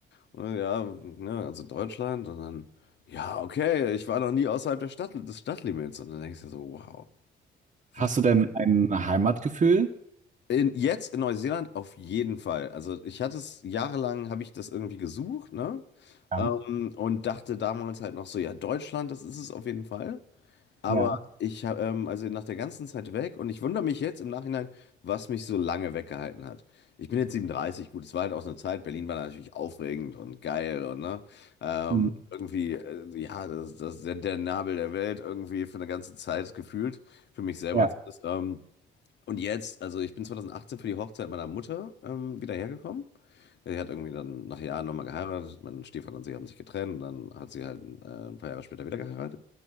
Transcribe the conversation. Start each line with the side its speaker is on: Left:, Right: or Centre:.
Left: Und dann, ja, ne, also Deutschland. Und dann, ja, okay, ich war noch nie außerhalb der Stadt, des Stadtlimits. Und dann denkst du dir so, wow,
Right: hast
Left: was?
Right: du denn ein Heimatgefühl?
Left: In, jetzt in Neuseeland auf jeden Fall. Also ich hatte es jahrelang, habe ich das irgendwie gesucht, ne?
Right: Ja,
Left: Ähm, und dachte damals halt noch so, ja, Deutschland, das ist es auf jeden Fall. Aber
Right: ja,
Left: ich habe, ähm, also nach der ganzen Zeit weg und ich wundere mich jetzt im Nachhinein, was mich so lange weggehalten hat. Ich bin jetzt 37, gut, es war halt auch so eine Zeit, Berlin war natürlich aufregend und geil und ne, ähm,
Right: mm,
Left: irgendwie, äh, ja, das, das ist der, der Nabel der Welt irgendwie für eine ganze Zeit gefühlt, für mich selber
Right: ja,
Left: zumindest. Ähm, und jetzt, also ich bin 2018 für die Hochzeit meiner Mutter ähm, wieder hergekommen. Sie hat irgendwie dann nach Jahren nochmal geheiratet. Mein Stiefvater und sie haben sich getrennt. Dann hat sie halt äh, ein paar Jahre später wieder geheiratet.